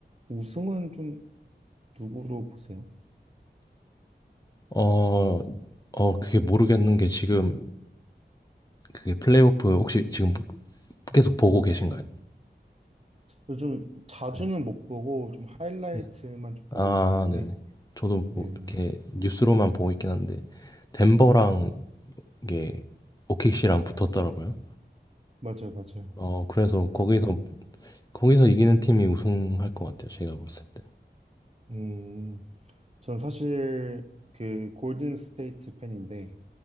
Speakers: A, on the right; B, on the left.
A: 우승은 좀 누구로 보세요?
B: 어, 어, 그게 모르겠는 게 지금 그게 플레이오프 혹시 지금 계속 보고 계신가요?
A: 요즘 자주는
B: 네.
A: 못 보고 좀 하이라이트만
B: 네.
A: 좀 보고
B: 아,
A: 있는데
B: 네네. 저도
A: 네네네
B: 뭐 이렇게 뉴스로만 보고 있긴 한데 덴버랑 이게 오키시랑 붙었더라고요.
A: 맞아요 맞아요
B: 어, 그래서 거기서 거기서 이기는 팀이 우승할 것 같아요. 제가 봤을 때.
A: 음, 전 사실 그 골든 스테이트 팬인데